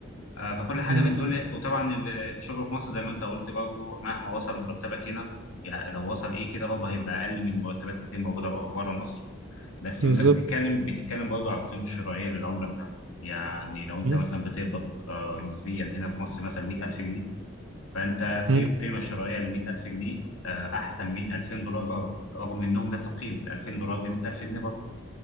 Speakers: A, on the left (about 80°); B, on the right (about 70°).
A: آه، فكل حاجة
B: لا،
A: من دول وطبعا ال- الشغل في مصر زي ما أنت قلت برضه مهما وصل مرتبك هنا يعني لو وصل إيه كده برضه هيبقى أقل من مرتبات كتير موجودة بره مصر بس
B: بالظبط
A: انت بتتكلم بتتكلم برضه على القيمه الشرائيه للعمله بتاعتك يعني لو انت
B: مم.
A: مثلا بتقبض آه، نسبيا هنا في مصر مثلا 100000 جنيه فانت
B: مم.
A: قي- قيمه شرائيه لل 100000 جنيه آه، احسن من 2000 دولار بره رغم انهم نفس القيمه 2000 دولار ب 100000 جنيه بره